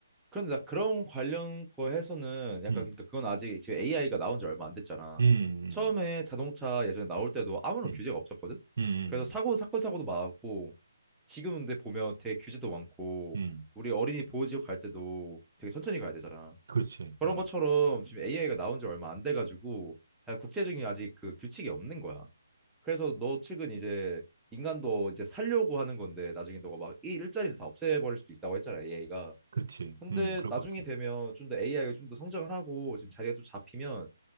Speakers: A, in the centre; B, on the right.
A: 그런데 나 그런 관련 거 해서는 약간
B: 음,
A: 그러니까 그건 아직 지금 AI가 나온 지 얼마 안 됐잖아.
B: 음, 음,
A: 처음에 자동차 예전에 나올 때도 아무런
B: 음,
A: 규제가 없었거든.
B: 음, 음,
A: 그래서 사고 사건 사고도 많았고 지금 근데 보면 되게 규제도 많고
B: 음.
A: 우리 어린이 보호지역 갈 때도 되게 천천히 가야 되잖아.
B: 그렇지,
A: 그런
B: 음,
A: 것처럼 지금 AI가 나온 지 얼마 안 돼가지고 아, 국제적인 아직 그 규칙이 없는 거야. 그래서 너 측은 이제 인간도 이제 살려고 하는 건데 나중에 너가 막 이 일자리를 다 없애버릴 수도 있다고 했잖아 AI가
B: 그렇지,
A: 근데
B: 음, 그럴
A: 나중에
B: 것 같아.
A: 되면 좀 더 AI가 좀 더 성장을 하고 지금 자리가 또 잡히면